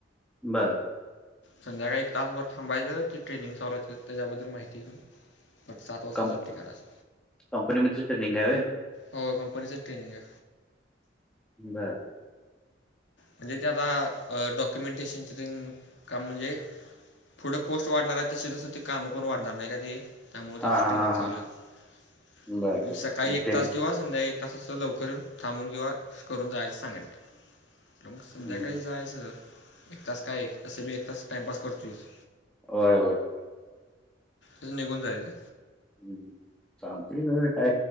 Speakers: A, in the centre; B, on the left (about 75°).
A: बर
B: संध्याकाळी एक तासभर थांबायचं ती ट्रेनिंग चालाय त्याच्याबद्दल माहिती घऊन तर सात वाजता
A: कं
B: सुट्टी कराच
A: कंपनीमध्ये ट्रेनिंग आहे होय
B: हो कंपनीचंच ट्रेनिंग आहे
A: बरं
B: म्हणजे ते आता डॉक्युमेंटेशनचे काम म्हणजे पुुढं पोस्ट वाढणार आहे तशी तस ते कामं पण वाढणार नाही का ते त्यामुळे त्यांच
A: हा हा
B: ट्रेनिंग
A: हा
B: चालू
A: हा
B: आहे
A: बर बर
B: सकाळी एक
A: ट्रेन
B: तास किंवास संध्या एक तासच लवकर थांबून किंवा करून जायच सांगल तर मग संध्याकाळी
A: हं.
B: जायचं एक तास काय तस मी एक तास टाइमपास करतोयस
A: होय होय
B: त निघून जाहिले
A: हम्म ांगते का